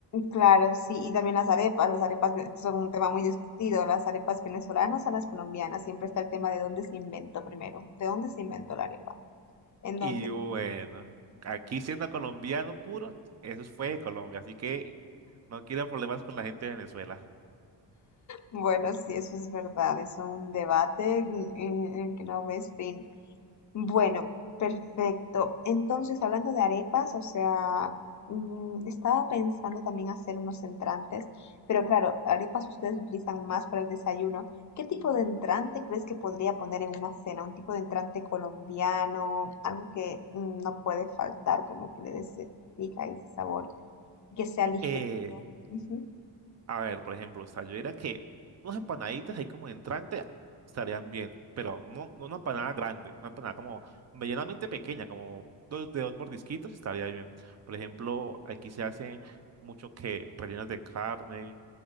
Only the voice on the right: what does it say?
Y bueno, aquí siendo colombiano puro, eso fue de Colombia, así que no quiero problemas con la gente de Venezuela.
Eh,
A ver, por ejemplo, o sea, yo diría que unas empanaditas ahí como de entrante estarían bien, pero no, no una empanada grande, una empanada como medianamente pequeña, como dos, de dos mordisquitos estaría bien. Por ejemplo, aquí se hace mucho que rellenas de carne